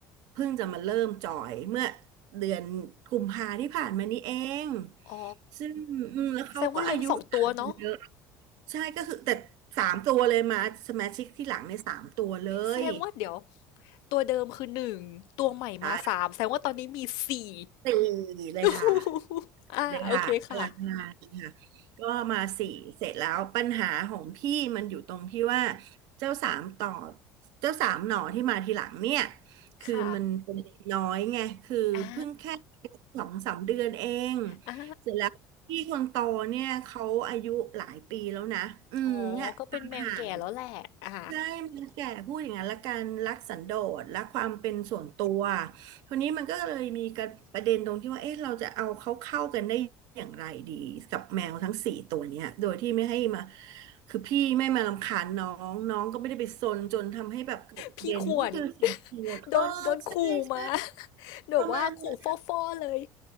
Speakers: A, on the right; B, on the left.
A: เพิ่งจะมาเริ่มจอยเมื่อเดือนกุมภาที่ผ่านมานี้เอง
B: อ๋อ
A: ซึ่งอืมแล้วเขาก็อายุต่างกันเยอะ
B: แสดงว่าเลี้ยงสองตัวเนาะ
A: ใช่ก็คือแต่สามตัวเลยมาสมาชิกที่หลังในยสามตัวเลย
B: แสดงว่าเดี๋ยวตัวเดิมคือหนึ่งตัวใหม่มาสามแสดงว่าตอนนี้มีสี่
A: ใช่สี่เลยค่ะ
B: <laughs> อ่าโอเคค่ะ
A: เลยค่ะพลังงานค่ะก็มาสี่เสร็จแล้วปัญหาของพี่มันอยู่ตรงที่ว่าเจ้าสามต่อเจ้าสามหน่อที่มาทีหลังเนี่ยคือมันเป็นเด็กน้อยไงคือเพิ่งแค่
B: ค่ะอ่า
A: สองสามเดือนเอง
B: อ่า
A: เสร็จแล้วพี่คนโตเนี่ยเขาอายุหลายปีแล้วนะอืมเนี่ยความห่าง
B: อ๋อก็เป็นแมวแก่แล้วแหละอ่า
A: ใช่มันแก่พูดอย่างนั้นละกันรักสันโดษรักความเป็นส่วนตัวทีนี้มันก็เลยมีกระประเด็นตรงที่ว่าเอ๊ะเราจะเอาเขาเข้ากันได้อย่างไรดีกับแมวทั้งสี่ตัวเนี้ยโดยที่ไม่ให้มาคือพี่ไม่มารำคาญน้องน้องก็ไม่ได้ไปซนจนทำให้แบบเกิดประเด่นนี่คือสิ่งที่ปวดเออใช่ใช่
B: พี่ควร <laughs> โดนโดนขู่มา <laughs> แบบว่าขู่ฟ่อๆเลย
A: ประมาณนั้น